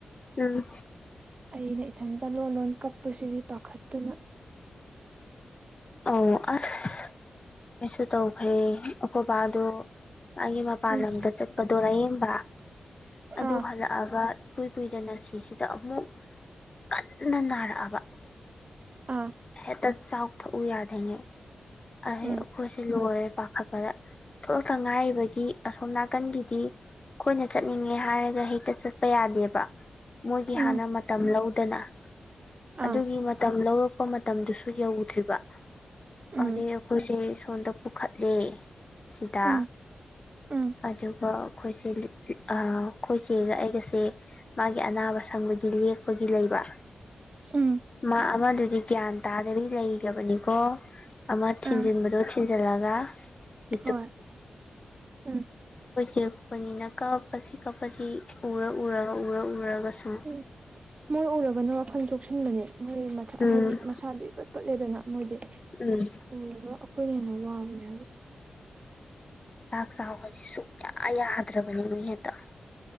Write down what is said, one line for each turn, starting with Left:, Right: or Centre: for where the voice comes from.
Left: ꯎꯝ
Right: ꯑꯩꯅ ꯏꯊꯟꯇ ꯂꯣꯟ ꯂꯣꯟ ꯀꯛꯄꯁꯤꯗꯤ ꯄꯥꯈꯠꯇꯅ
Left: ꯑ ꯑꯁ ꯑꯩꯁꯨ ꯇꯧꯈ꯭ꯔꯦ ꯑꯩꯈꯣꯏꯕꯥꯗꯨ ꯃꯥꯒꯤ ꯃꯄꯥꯟ
Right: ꯎꯝ
Left: ꯂꯝꯗ ꯆꯠꯄꯗꯣ ꯂꯥꯏꯌꯦꯡꯕ ꯑꯗꯨ
Right: ꯑꯥ
Left: ꯍꯜꯂꯛꯑꯒ ꯏꯀꯨꯏ ꯀꯨꯏꯗꯅ ꯁꯤꯁꯤꯗ ꯑꯃꯨꯛ ꯀꯟꯅ ꯅꯥꯔꯛꯑꯕ
Right: ꯑꯥ
Left: ꯍꯦꯛꯇ ꯆꯥꯎꯊꯣꯛꯎ ꯌꯥꯗꯉꯩ ꯑꯩ
Right: ꯎꯝ
Left: ꯑꯩꯈꯣꯏꯁꯦ ꯂꯣꯏꯔꯦ ꯄꯥꯈꯠ ꯄꯗ ꯊꯣꯛꯂꯛꯇ ꯉꯥꯏꯔꯤꯕꯒꯤ ꯑꯁꯣꯝ ꯅꯥꯀꯟꯒꯤꯗꯤ ꯑꯩꯈꯣꯏꯅ ꯆꯠꯅꯤꯡꯉꯦ ꯍꯥꯏꯔꯒ ꯍꯦꯛꯇ ꯆꯠꯄ ꯌꯥꯗꯦꯕ ꯃꯣꯏꯒꯤ
Right: ꯎꯝ
Left: ꯍꯥꯟꯅ ꯃꯇꯝ ꯂꯧꯗꯅ ꯑꯗꯨꯒꯤ
Right: ꯑꯥ
Left: ꯃꯇꯝ ꯂꯧꯔꯛꯄ ꯃꯠ ꯃꯇꯝꯗꯨꯁꯨ ꯌꯧꯗ꯭ꯔꯤꯕ
Right: ꯎꯝ
Left: ꯑꯗꯩ ꯑꯩꯈꯣꯏꯁꯦ ꯁꯣꯝꯗ ꯄꯨꯈꯠꯂꯦ ꯁꯤꯗ
Right: ꯎꯝ ꯎꯝ
Left: ꯑꯗꯨꯒ ꯑꯩꯈꯣꯏꯁꯦ ꯂꯤꯠꯂꯤꯠ ꯑ ꯑꯩꯈꯣꯏ ꯆꯦꯒ ꯑꯩꯒꯁꯦ ꯃꯥꯒꯤ ꯑꯅꯥꯕ ꯁꯪꯕ ꯂꯦꯛꯄꯒꯤ ꯂꯩꯕ
Right: ꯎꯝ
Left: ꯃꯥ ꯑꯃꯟ ꯑꯗꯨꯗꯤ ꯒ꯭ꯌꯥꯟ ꯇꯥꯗꯕꯤ ꯂꯩꯒꯔꯕꯅꯤꯀꯣ ꯑꯃ ꯊꯤꯟꯖꯤꯟꯕꯗꯣ
Right: ꯑꯥ
Left: ꯊꯤꯟꯖꯤꯜꯂꯒ <unintelligible>
Right: ꯍꯣꯏ ꯎꯝ
Left: ꯌꯄꯅꯤꯅ ꯀꯞꯄꯁꯤ ꯀꯞꯄꯁꯤ ꯎꯔ ꯎꯔꯒ ꯎꯔ ꯎꯔꯒ ꯁꯨꯝ
Right: ꯎꯝ ꯃꯣꯏ ꯎꯔꯒꯅ ꯋꯥꯈꯜ ꯆꯣꯛꯁꯤꯟꯕꯅꯦ ꯃꯣꯏ ꯃꯊꯠ
Left: ꯎꯝ
Right: ꯑ ꯍꯥꯏꯗꯤ ꯃꯁꯥꯗꯨ ꯏꯄꯠ ꯄꯠꯂꯦꯗꯅ ꯃꯣꯏꯗꯤ
Left: ꯎꯝ
Right: ꯎꯔꯒ ꯑꯩꯈꯣꯏꯅ ꯍꯦꯟꯅ ꯋꯥꯕꯅꯦ ꯍꯥꯏꯕ
Left: ꯆꯥꯛ ꯆꯥꯎꯕꯁꯤ ꯁꯨꯛꯌꯥ ꯌꯥꯗ꯭ꯔꯕꯅꯤꯃꯤ ꯍꯦꯛꯇ